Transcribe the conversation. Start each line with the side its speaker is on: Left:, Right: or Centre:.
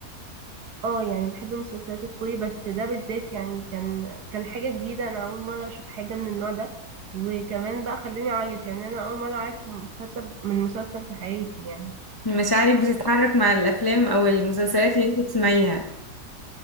Right: اه يعني بحب المسلسلات الكوري بس ده بالذات يعني كان كان حاجة جديدة أنا أول مرة أشوف حاجة من النوع ده وكمان بقى خلاني أعيط يعني أنا أول مرة أعيط في مسلسل من مسلسل في حياتي يعني
Left: مشاعرك بتتحرك مع الافلام او المسلسلات اللي انت بتسمعيها